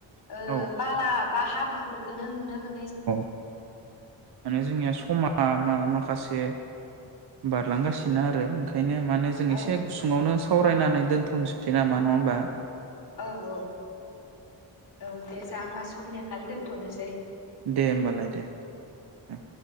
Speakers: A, on the left; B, on the right.
A: ओ
B: औ
A: पालाब बा हाब्रुफोरखोनो नुनो मो
B: अ' माने जोंनिया समा मा मा म माखासे बारलांगासिनो आरो ओंखाय नो माने जों
A: औ
B: एसे गुसुङावनो सावरायनानै दोन्थ'नोसै नामा नङा होमबा?
A: औ औ औ दे जा होमबा समनि आंखाल दोन थ'नोसै।
B: दे ओमबालाय दे ओ।